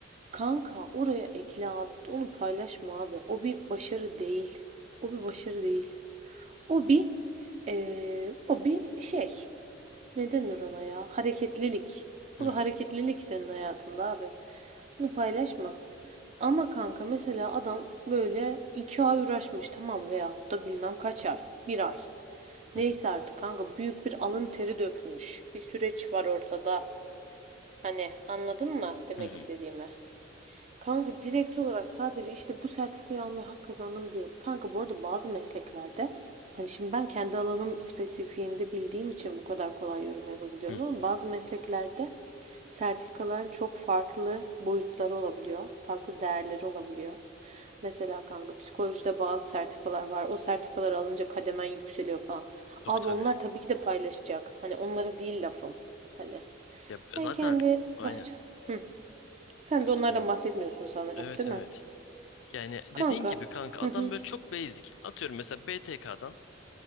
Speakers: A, on the right; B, on the left.
A: Kanka oraya ekle abi. Onu paylaşma abi. O bir başarı değil. O bir başarı değil. O bir eee, o bir şey. Ne denir ona ya? Hareketlilik.
B: Hı
A: O
B: hı,
A: bir hareketlilik senin hayatında abi. Bunu paylaşma. Ama kanka mesela adam böyle iki ay uğraşmış tamam veyahut da bilmem kaç ay. Bir ay.
B: hı
A: Neyse
B: hı,
A: artık kanka büyük bir alın teri dökmüş. Bir süreç var ortada. Hani anladın mı demek
B: hı hı,
A: istediğimi? Kanka direkt olarak sadece işte bu sertifikayı almaya hak kazandım diyorum. Kanka bu arada bazı mesleklerde hani şimdi ben kendi alanım spesifiğinde bildiğim için bu kadar kolay yorum yapabiliyorum
B: hı hı.
A: ama bazı mesleklerde sertifikaların çok farklı boyutları olabiliyor. Farklı değerleri olabiliyor. Mesela kanka psikolojide bazı sertifikalar var. O sertifikaları alınca kademen yükseliyor falan.
B: Tabii
A: Abi
B: tabii.
A: onlar tabii ki de paylaşacak. Hani onlara değil lafım. Hani
B: Ya
A: ben
B: zaten
A: kendi
B: aynen
A: daha... Hı. Sen
B: katılıyorum.
A: de onlardan bahsetmiyorsun sanırım,
B: Evet
A: değil
B: evet.
A: mi?
B: Yani dediğin
A: Kanka.
B: gibi kanka
A: Hı
B: adam
A: hı.
B: böyle çok basic. Atıyorum mesela BTK'dan